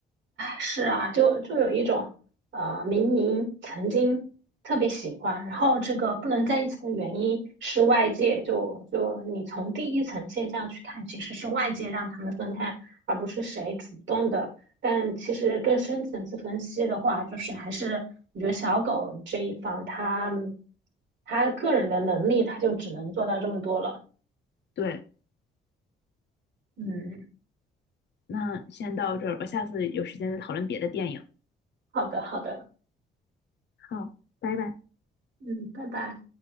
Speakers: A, on the right; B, on the left.
A: 是啊，就就有一种，呃，明明曾经特别喜欢，然后这个不能在一起的原因是外界，就就你从第一层现象去看，其实是外界让他们分开，而不是谁主动的。但其实更深层次分析的话，就是还是我觉得小狗这一方，他他个人的能力，他就只能做到这么多了。
B: 对，
A: 嗯，
B: 那先到这儿吧，下次有时间再讨论别的电影。
A: 好的，好的，
B: 好，拜拜。
A: 嗯，拜拜。